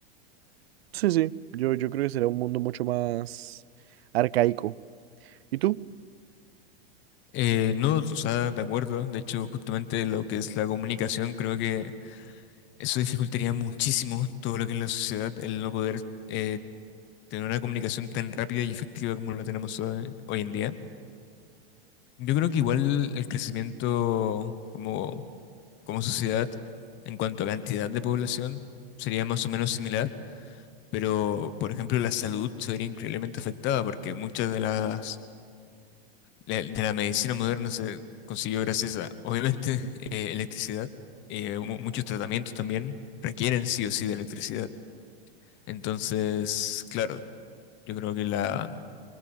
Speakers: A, on the right; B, on the left.
A: sí, sí, yo, yo creo que sería un mundo mucho más arcaico. ¿Y tú?
B: Eh, no, o sea, de acuerdo, de hecho, justamente lo que es la comunicación, creo que eso dificultaría muchísimo todo lo que es la sociedad, el no poder eh, tener una comunicación tan rápida y efectiva como la tenemos hoy hoy en día. Yo creo que igual el crecimiento como, como sociedad en cuanto a cantidad de población sería más o menos similar, pero por ejemplo la salud sería increíblemente afectada porque muchas de las la- de la medicina moderna se consiguió gracias a, obviamente, <laughs> eh, electricidad. Eh, mu- muchos tratamientos también requieren sí o sí de electricidad. Entonces, claro, yo creo que la,